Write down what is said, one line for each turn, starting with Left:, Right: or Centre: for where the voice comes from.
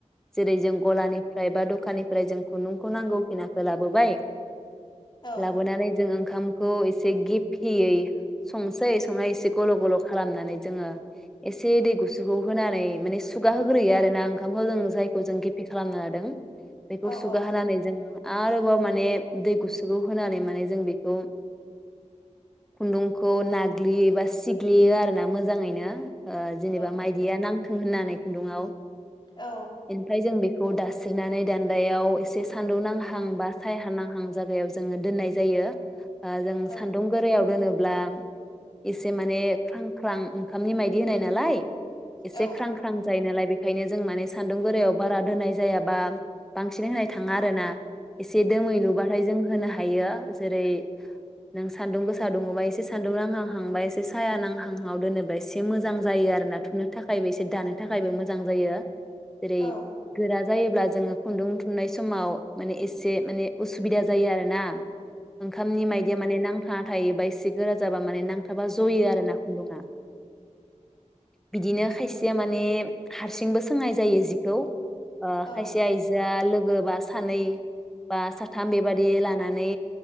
Centre: जेरै जों गलानिफ्राय बा दखाननि ओमफ्राय जों खुन्दुंखौ नांगौ खिनाखौ लाबोबाय
Left: औ
Centre: लाबोनानै जों ओं खामखौ एसे गेफेयै संसै संनाय एसे गल गल खालामनानै जोङो एसे दै गुसुखौ होनानै माने सुगा होग्रोयो आरो ना ओंखामखौ जों जायखौ जों गेफे खालामना लादों। बेखौ
Left: औ
Centre: सुगाहोनानै
Left: औ
Centre: जोङो आरोबाव माने दै गुसुखौ होनानै माने जों बेखौ खुन्दुंखौ नाग्लियो एबा सिग्लियो आरोना मोजाङैनो। ओ जेनेबा
Left: औ
Centre: माइदिया नां थों होननानै खुन्दुंआव।
Left: औ
Centre: ओमफ्राय जों बे खौ दास्रिनानै दान्दायाव एसे सानदुंनांहां बा सायहानांहां जागायाव जोङो दोन्नाय जायो। आ जों
Left: औ
Centre: सान्दुं गोरायाव दोनो ब्ला एसे माने ख्रां ख्रां ओंखामनि माइ दि होनाय नालाय एसे
Left: औ
Centre: ख्रां ख्रां जायो नालाय बे ओंखायनो जों माने सान्दुं गोरायाव बारा दोनाय जायाबा बांसिनै होनाय थाङा आरो ना। एसे दोमै लुबाथाय जों होनो हा हायो जेरै नों सान्दुं गोसा दुङोबा एसे सान्दुं नांहांहांबा एसे साया नांहांहांआव दोनोबा एसे मोजां जायो आरो ना थुनो थाखायबो एसे दानो थाखायबो मोजां जायो। जेरै
Left: औ
Centre: गोरा जायोब्ला जोङो <unintelligible> थुननाय समाव माने एसे माने उसुबिदा जायो आरोना। ओंखामनि मायदिया माने नां हा थायोबा इसे गोरा जाबा माने नांथाबा जयो आरो ना खुन्दुङा। बिदिनो खायसेया माने हारसिंबो सोंनाय जायो जिखौ ओ
Left: औ
Centre: खायसे आइजो आ लोगो बा सानै बा साथाम बेबादि लानानै